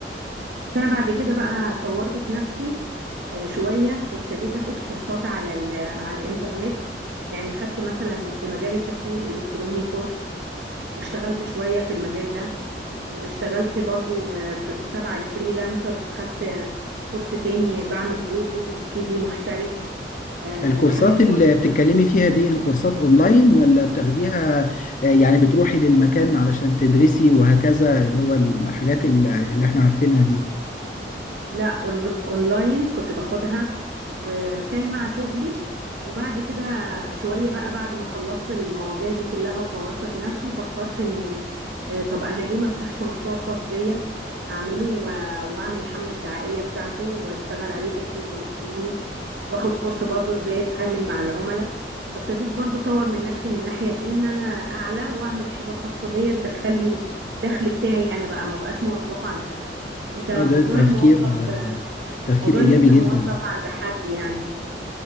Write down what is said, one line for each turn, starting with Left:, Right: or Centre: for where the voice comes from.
Right: بس انا بعد كده بقى طورت في نفسي آه شويه وابتديت اخد كورسات على ال- على الانترنت يعني خدت مثلا في مجال التسويق الالكتروني كورس واشتغلت شويه في المجال ده واشتغلت برضو آه، في- تبع الفريلانسر خدت آه، كورس تاني بعمل لوجو وسي في محترف آه،
Left: الكورسات
Right: الحاجات دي
Left: اللي
Right: برضو
Left: بتتكلمي
Right: ساعدت
Left: فيها دي كورسات اونلاين ولا بتاخديها آه، يعني بتروحي للمكان علشان تدرسي وهكذا اللي هو الحاجات اللي اللي احنا عارفينها دي
Right: لا أون- اونلاين كنت باخدها وكان مع شغلي وبعد كده شوية بقى بعد ما خلصت المواضيع دي كلها وطورت في نفسي فكرت ان آه، طب انا ليه ما افتحش مشروع خاص بيا اعمله و- واعمل الحملة الدعائية بتاعته واشتغل عليه تسويق الكتروني واخد كورس برضو ازاي اتعامل مع العملاء فابتديت برضو اطور من نفسي من الناحية دي ان انا اعلى واعمل حاجة خاصة بيا تدخلي دخل بتاعي انا بقى ما بقاش موظفة عند حد انت
Left: اه
Right: موضوع
Left: ده تفكير
Right: الموظف
Left: آه، تفكير
Right: موضوع
Left: ايجابي
Right: ان انت
Left: جدا
Right: موظف عند حد يعني